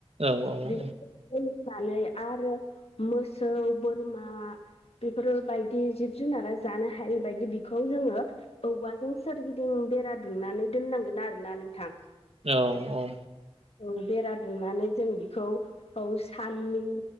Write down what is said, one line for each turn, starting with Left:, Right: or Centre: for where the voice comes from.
Right: औ औ
Left: बेखौ
Right: औ
Left: होनानै आरो मोसौ बोरमा बेफोर बायदि जिब जुनारा जानो हायि बायदि बेखौ जोङो औबबाजों सोरगिदिं बेरा दुंनानै दोननांगोन आरो ना नोंथां
Right: औ औ
Left: औ बेरा दुंनानै जों बेखौ औ साननि